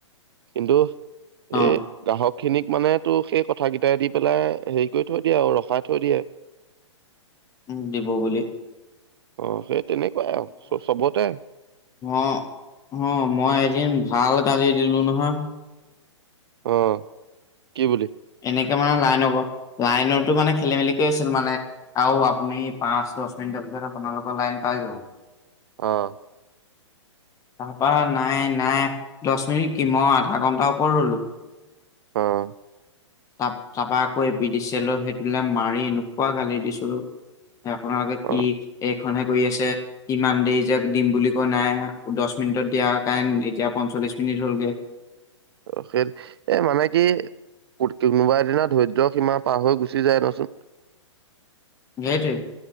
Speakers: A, on the right; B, on the left.
A: কিন্তু
B: অ',
A: এই গ্ৰাহক খিনিক মানে। তো সেই কথা কেইটাই দি পেলাই হেৰি কৰি থৈ দিয়ে আৰু ৰখাই থৈ দিয়ে।
B: উম, দিব বুলি
A: অ সেই তেনেকুৱাই আৰু চবতে।
B: অ অ মই এদিন ভাল গালি দিলো নহয়।
A: অ কি বুলি।
B: এনেকে মানে লাইনৰ লাইনো মানে খেলি মেলি কৰি আছিল মানে আৰু আপুনি পাঁচ দহ মিনিটৰ পিছত আপোনালোকৰ লাইন পাই যাব।
A: অহ
B: <unintelligible> তাপা নাই নাই দহ মিনিট কিম আধা ঘণ্টাৰ ওপৰত ৰলো।
A: অহ।
B: তাপ তাপাকৈ বিডিছেলৈ সেইটোলৈ মাৰি এনেকুৱা গালি দিছিলোঁ। আপোনালোকে কি
A: অ
B: এইখনে কৰি আছে ইমান দেৰি যে দিম বুলি কৈ নাই দহ মিনিটত দিয়া কাৰণ এতিয়া পঞ্চল্লিশ মিনিট ৰলগে
A: অ স মানে কি কোনোবা এ দিনা ধৈৰ্য সীমা পাৰ হৈ গুচি যায় দেচোন।
B: <unintelligible> সেইটোৱে